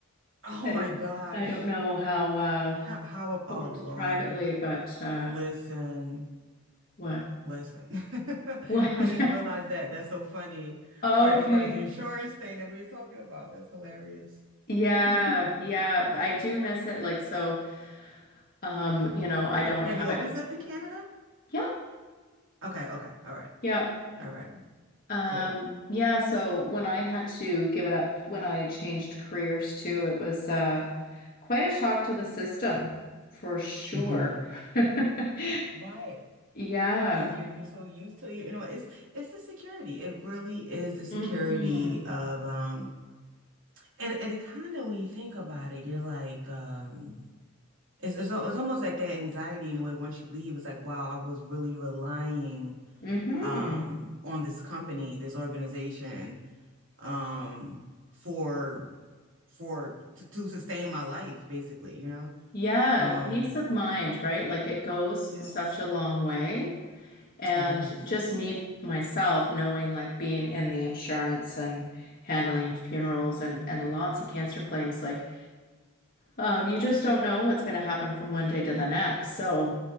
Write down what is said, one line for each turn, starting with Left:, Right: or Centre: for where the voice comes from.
Right: Oh
Left: I
Right: my
Left: don't
Right: gosh.
Left: I don't know how uh
Right: How, how ab- oh
Left: how it works
Right: Lord.
Left: privately, but uh
Right: Listen,
Left: what?
Right: listen. <laughs>
Left: What?
Right: I
Left: <laughs>
Right: didn't realize that. That's so funny.
Left: Okay.
Right: Right, as far as the insurance thing that we were talking about, that's hilarious.
Left: Yeah,
Right: <laughs> Have
Left: yeah, but I do miss it like so um, you know, I don't have
Right: you always
Left: it.
Right: lived in Canada?
Left: Yep.
Right: Okay, okay. All right.
Left: Yep.
Right: All right.
Left: Um
Right: Cool.
Left: yeah, so when I had to give it up when I changed careers too, it was uh Quite a shock to the system, for sure.
Right: hmm
Left: <laughs>
Right: Right.
Left: Yeah.
Right: because you're you're so used to you know it's it's the security it really is the security
Left: hmm
Right: of um and, and it kind of when you think about it you're like um it's, it's al- it's almost like that anxiety in a way once you leave it's like wow I was really relying
Left: hmm
Right: um on this company this organization um for for to, to sustain my life basically you know
Left: Yeah,
Right: um
Left: peace of mind, right? Like it goes
Right: yes
Left: such a long way. And
Right: it does
Left: just me, myself, knowing like being in the insurance and handling funerals and, and lots of cancer claims, like um, you just don't know what's going to happen from one day to the next. So